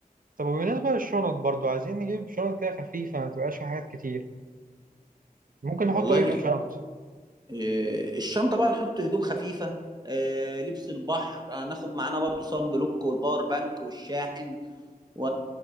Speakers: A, on the right; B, on the right.
A: طب وبالنسبة للشنط برضو عايزين نجيب شنط كده خفيفة ما تبقاش فيها حاجات كتير ممكن نحط
B: والله
A: إيه في الشنط؟
B: إيه، الشنطة بقى نحط هدوم خفيفة إيه، لبس البحر هناخد معانا برضو صن بلوك والباور بانك والشاحن و...